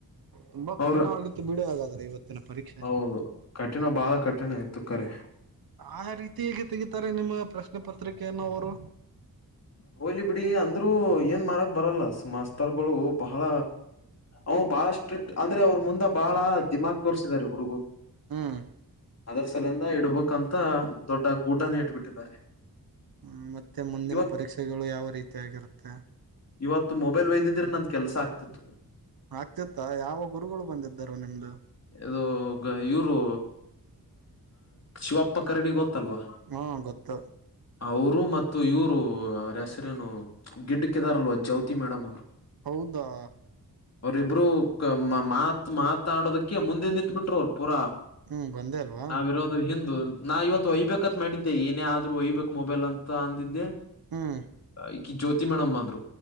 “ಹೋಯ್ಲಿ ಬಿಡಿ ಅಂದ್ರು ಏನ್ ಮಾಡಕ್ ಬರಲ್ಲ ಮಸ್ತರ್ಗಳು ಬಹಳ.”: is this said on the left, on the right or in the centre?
Left